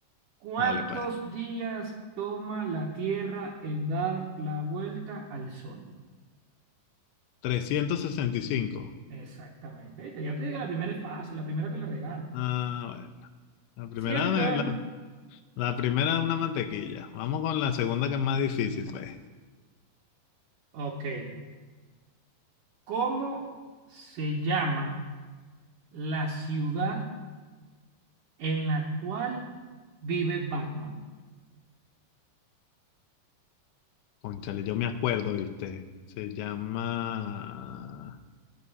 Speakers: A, on the right; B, on the left.
A: ¿Cuántos
B: Dale, pues.
A: días toma la Tierra en dar la vuelta al Sol?
B: trescientos sesenta y cinco.
A: Exactamente. Viste, Ya te dije que la primera es fácil, la primera te la regalo.
B: Ah, bueno. La primera,
A: Siempre te
B: de
A: voy
B: la,
A: a-
B: la primera de una mantequilla. Vamos con la segunda que es más difícil, pues.
A: Ok. ¿Cómo se llama la ciudad en la cual vive Batman.
B: Cónchale, yo me acuerdo, ¿viste? Se llama...